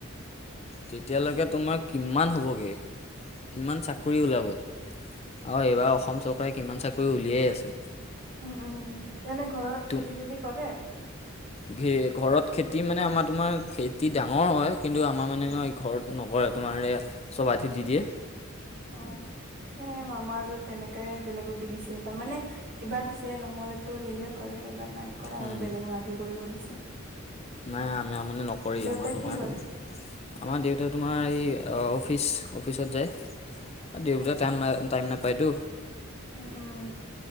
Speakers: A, on the left (about 30°); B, on the right (about 50°).
A: তেতিয়ালৈকে তোমাৰ কিমান হ'বগে কিমান চাকৰি ওলাব? আৰু এইবাৰ অসম চৰকাৰে কিমান চাকৰি উলিয়াই আছে।
B: উম, উম এনে ঘৰত
A: তুম
B: খেতি চেতি কৰে?
A: ঘে ঘৰত খেতি মানে আমাৰ তোমাৰ খেতি ডাঙৰ হয়। কিন্তু আমাৰ মানে ঘৰত নকৰে, তোমাৰ এয়া চব আধি দি দিয়ে।
B: অ' সেই আমাৰো তেনেকাই বেলেগক দি দিছে এইবাৰ। মানে এইবাৰ দিছে, নহ'লেতো নিজে কৰে, এইবাৰ নাই কৰা
A: উম,
B: আৰু বেলেগক আধি কৰিব দিছে।
A: নাই আমাৰ মানে নকৰেই,
B: দেউতাই
A: আমাৰ
B: কি
A: তোমাৰ
B: কৰে
A: আমাৰ দেউতা তোমাৰ এই অফিচ অফিচত যায়। দেউতাই
B: আচ্ছা
A: টাইম না টাইম নাপায়তো।
B: উম উম